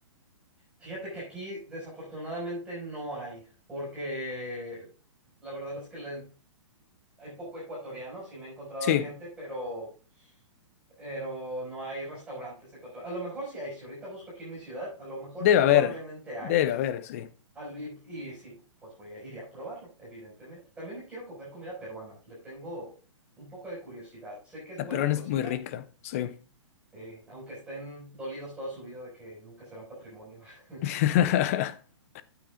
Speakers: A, in the centre; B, on the left.
A: Fíjate que aquí desafortunadamente no hay, porque la verdad es que la Hay poco ecuatoriano, sí me he encontrado
B: Sí.
A: a gente, pero, pero no hay restaurantes ecuatorianos. A lo mejor sí hay, si ahorita busco aquí en mi ciudad, a lo mejor
B: Debe
A: probablemente
B: haber,
A: haya.
B: debe haber, sí.
A: Al- Y, y sí, pues voy a, iré a probarlo, evidentemente. También quiero comer comida peruana, le tengo un poco de curiosidad. Sé que es
B: La
A: buena
B: peruana
A: cocina,
B: es muy rica, sí.
A: eh, aunque estén dolidos toda su vida de que nunca serán patrimonio. <laughs>
B: <laughs>